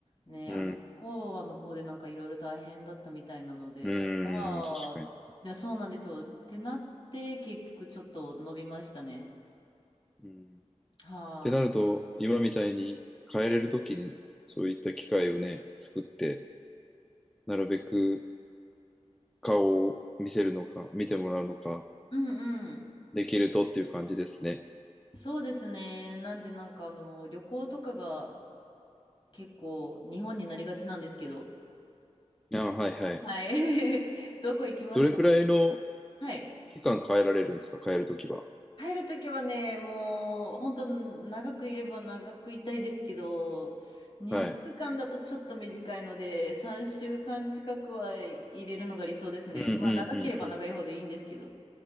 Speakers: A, on the left (about 45°); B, in the centre.
A: ね、
B: う
A: あの、向こうは向こうでなんかいろいろ大変だったみたいなので、
B: ん、
A: ああ、
B: うん、確かに。
A: ねそうなんですよ。ってなって、結局ちょっと伸びましたね。
B: うん。っ
A: はーい。
B: てなると、今みたいに変えれるときに、そういった機会をね、作って、なるべく顔を見せるのか、見てもらうのか、
A: うんうん。
B: できるとっていう感じですね。
A: そうですね。なんでなんかあの旅行とかが結構日本になりがちなんですけど。
B: あ、はいはい。
A: はい。<laughs> どこ行きますか
B: どれくらいの
A: はい。
B: 期間変えられるんですか、変えるときは。
A: 入るときはね、もう本当長くいれば長くいたいですけど、2週間だとちょっと短いので、
B: はい。
A: 3週間近くは入れるのが理想ですね。
B: うんうんうんうん。
A: まあ長ければ長いほどいいんですけど。